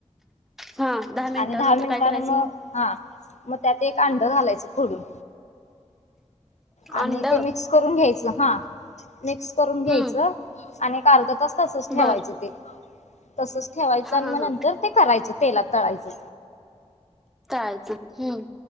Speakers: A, in the centre; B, on the left.
A: हा मिनिटानंतर
B: आणि दहा मिनिटान
A: काय करायचं
B: मग, हा. मग त्यात- एक अंड घालायचं फोडून. आणि
A: अंड
B: ते मिक्स करून घ्यायचं. हां. मिक्स करून
A: हम्म
B: घ्यायचं आणि एक अर्धा तास तसच
A: बर
B: ठेवायचं ते. तसच ठेवायचं
A: हा
B: आणि
A: हा
B: मग
A: हा
B: नंतर ते करायचं. तेलात तळायचं.
A: तळायचं. हम्म.